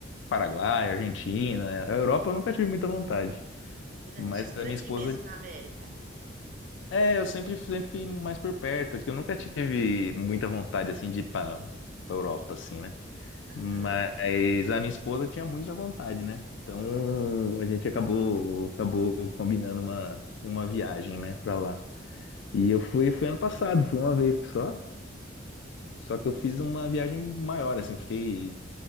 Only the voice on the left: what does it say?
Paraguai,
Argentina. A Europa eu nunca tive muita vontade.
Mas
a minha
esposa
É, eu sempre, sempre fiquei mais por perto, que eu nunca tive muita vontade, assim, de ir pra pra Europa, assim, né?
Mas a minha esposa tinha muita vontade, né? Então a gente acabou, acabou combinando uma, uma viagem, né, pra lá. E eu fui, fui ano passado, fui uma vez só, só que eu fiz uma viagem maior, assim, fiquei